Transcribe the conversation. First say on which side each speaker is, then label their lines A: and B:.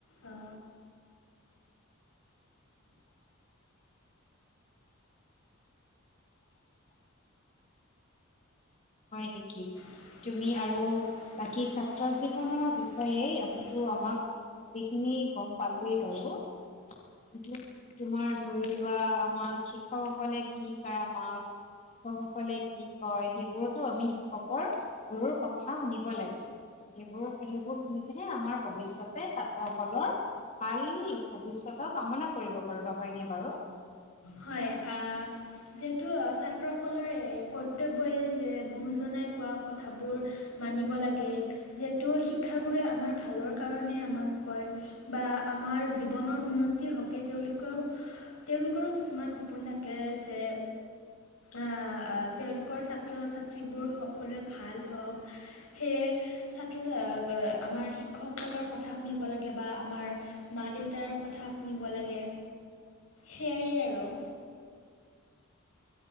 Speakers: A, on the left; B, on the left.
A: অ'
B: হয় নেকি?
A: <unintelligible>
B: তুমি আৰু বাকী ছাত্ৰ জীৱনৰ বিষয়ে আমিতো আমাক গোটেইখিনি গম পালোয়েই বাৰু <unintelligible> তোমাৰ ধৰি লোৱা আমাক শিক্ষকসকলে কি শিকায় আমাক শিক্ষকসকলে কি কয়। সেইবোৰতো আমি শিক্ষকৰ, গুৰুৰ কথা শুনিব লাগে। সেইবোৰত-সেইবোৰ শুনিলেহে আমাৰ ভৱিষ্যয়তে ছাত্ৰসকলৰ ভাল ভৱিষ্যতৰ কামনা কৰিব পাৰো। নহয়নে বাৰু?
A: হয়, আ যিহেতু ছাত্ৰসকলৰ এই কৰ্তব্যই যে গুৰুজনাই কোৱা কথাবোৰ মানিব লাগে। যিহেতু শিক্ষাগুৰে ভালৰ কাৰণে আমাক কয়, বা জীৱনৰ উন্নতিৰ হক কে তেওঁলোকেও, তেওঁলোকৰো কিছুমান সপোন থাকে যে আ-আ তেওঁলোকৰ ছাত্ৰ-ছাত্ৰীবোৰ সকলোৱে ভাল হওঁক। সেয়ে ছাত্ৰ-ছাত্ৰী <unintelligible> আমাৰ শিক্ষকসকলৰ কথা শুনিব লাগে বা আমাৰ মা-দেউতাৰ কথা শুনিব লাগে সেয়াই আৰু।